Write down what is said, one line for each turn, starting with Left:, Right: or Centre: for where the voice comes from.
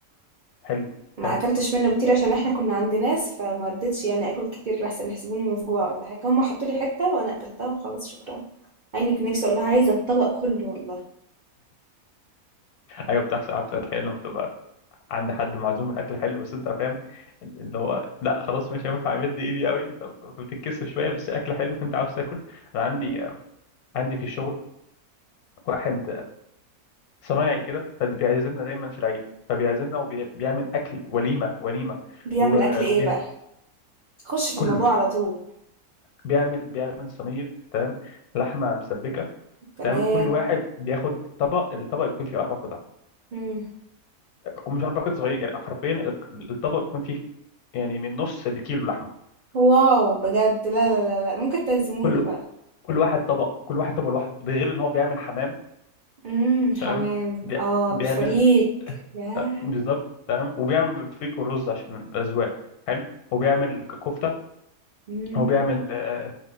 Left: حلو
Right: ما
Left: حلو
Right: اكلتش منه كتير عشان احنا كنا عند ناس فما رضيتش يعني اكل كتير لحسن يحسبوني مفجوعه ولا حاجه هم حطوا لي حته وانا اكلتها وخلاص شكرا عيني كان نفسي اقول لها عايزه الطبق كله والله
Left: ايوه بتحصل عارف اتخيل لما تبقى عند حد معزوم الاكل حلو بس انت فاهم اللي هو لا خلاص مش هينفع امد ايدي قوي ف- فبتتكسف شويه بس اكل حلو فانت عاوز تاكل انا عندي
Right: مم.
Left: عندي في الشغل واحد صنايعي كده فبيعزمنا دايما في العيد فبيعزمنا وبيعمل اكل وليمه وليمه
Right: بيعمل
Left: وكله
Right: اكل ايه بقى خش في
Left: كله
Right: الموضوع على طول
Left: بيعمل بيعمل صينيه تمام لحمه مسبكه
Right: تمام
Left: تمام كل واحد بياخد طبق الطبق بيكون فيه اربع قطع
Right: مم.
Left: ومش اربع قطع صغير يعني حرفيا الطبق بيكون فيه يعني من نص الكيلو لحمه
Right: واو بجد لا لا لا لا ممكن تعزموني
Left: كل
Right: بقى
Left: كل واحد طبق كل واحد طبق لوحده ده غير ان هو بيعمل حمام
Right: امم
Left: تمام
Right: حمام
Left: بي...
Right: اه
Left: بيعمل
Right: بالفريك
Left: <laughs>
Right: ياه
Left: آه، بالظبط تمام وبيعمل بفريك والرز عشان الاذواق حلو وبيعمل ك- كفته
Right: امم
Left: هو بيعمل آه،